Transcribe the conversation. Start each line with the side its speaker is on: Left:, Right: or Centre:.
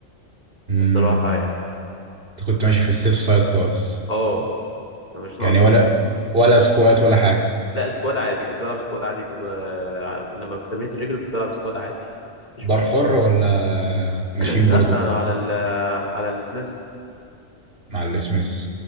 Right: امم
Left: الصراحه يعني
Right: أنت كنت ماشي في السيف سايد خالص
Left: اه مش ناقصين
Right: يعني ولا ولا سكوات ولا حاجة
Left: لا سكواد عادي كنت بلعب سكواد عادي ب... ب- لما في تمرينة الرجل كنت بلعب سكواد عادي مفيش
Right: بار
Left: مشاكل
Right: حر ولا ماشيين
Left: <clears throat> لا
Right: برضو
Left: آه، على ال على السميث
Right: مع السميث